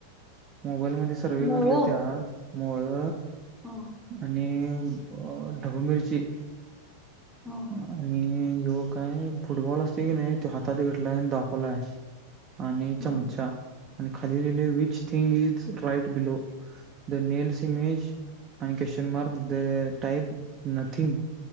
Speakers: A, on the right (about 30°); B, in the centre.
A: मोबाईल मध्ये सर्वे
B: मुळं
A: करायला त्यात. मोळ
B: हां
A: आणि अ ढबू मिरची
B: हा.
A: आणि यो काय फुटबॉल असते की नाही तो हातात घेतलाय दाखवलाय. आणि
B: हां
A: चमचा आणि खाली लिहिलंय which thing is right below? The nails image आणि question mark the type nothing